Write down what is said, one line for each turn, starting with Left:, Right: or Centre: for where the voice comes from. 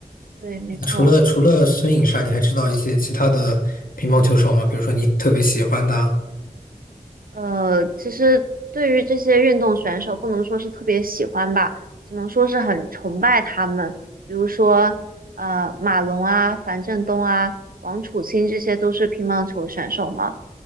Right: 对，没错。
Left: 除了除了孙颖莎，你还知道一些其他的乒乓球手吗？比如说你特别喜欢的啊
Right: 呃，其实对于这些运动选手，不能说是特别喜欢吧，只能说是很崇拜他们。比如说，呃，马龙啊、樊振东啊、王楚钦，这些都是乒乓球选手嘛。